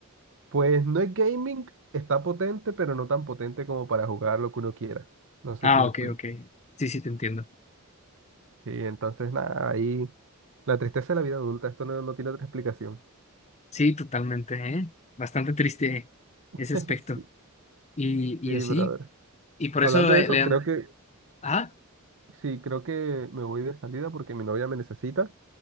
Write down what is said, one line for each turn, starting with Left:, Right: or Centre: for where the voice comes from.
Right: Pues no es gaming, está potente, pero no tan potente como para jugar lo que uno quiera. No sé
Left: Ah,
Right: si me
Left: ok,
Right: explico.
Left: ok. Sí, sí, te entiendo.
Right: Sí, entonces, nada, ahí la tristeza de la vida adulta, esto no, no tiene otra explicación.
Left: Sí, totalmente, ¿eh? Bastante triste
Right: <laughs>
Left: ese aspecto.
Right: Sí,
Left: Y,
Right: sí,
Left: y así.
Right: brother.
Left: Y por
Right: Hablando
Left: eso eh,
Right: de eso,
Left: le dan...
Right: creo que,
Left: Ah,
Right: sí, creo que me voy de salida porque mi novia me necesita.